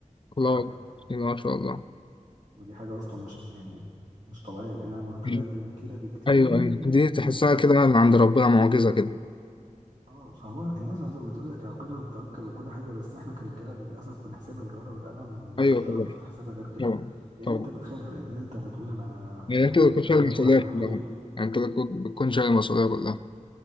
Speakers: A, on the right; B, on the left.
A: شهر
B: الله
A: واحد
B: بسم الله ما شاء الله
A: ودي حاجة أصلا مش يعني مش طبيعية لأنها مرتبة
B: مم.
A: أقل من كده بكتير
B: ايوه ايوه دي تحسها كده من عند ربنا معجزة كده
A: اه فهو الناس بتقول لك العقل والتوكل وكل حاجة بس احنا كرجالة للأسف بنحسبها بالورقة والقلم ومش
B: ايوه
A: هتعرف
B: طبعا
A: تحسبها غير كده
B: طبعا
A: لأن
B: طبعا
A: أنت بتخاف لأن أنت بتقول أنا
B: يعني انت اللي
A: يعني
B: بتكون
A: لو
B: شايل
A: أنا
B: المسؤولية
A: لوحدي
B: كلها
A: بطولي
B: يعني انت اللي بتكون بتكون شايل المسؤولية كلها